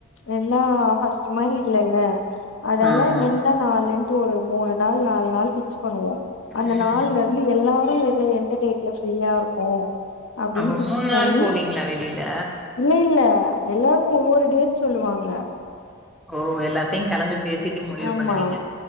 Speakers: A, on the left (about 65°); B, in the centre.
A: எல்லா ஃபஸ்ட்டு மாரி இல்லல்ல அதால
B: ஆமா
A: எந்த நாளுன்ட்டு ஒரு மூணு நாள் நாலு நாள் ஃபிக்ஸ் பண்ணுவோ அந்த
B: ம்
A: நாள்லருந்து எல்லாரும் எது எந்த டேட்ல ஃப்ரீயாருக்கோ அப்டின்
B: அப்ப
A: ஃபிக்ஸ்
B: மூணு
A: பண்ணி
B: நாள் போவீங்களா வெளியில
A: இல்ல இல்ல எல்லாருமே ஒவ்வொரு டேட் சொல்லுவாங்க
B: ஓ எல்லாத்தையும் கலந்து பேசிட்டு முடிவு
A: ஆமா
B: பண்ணுவீங்க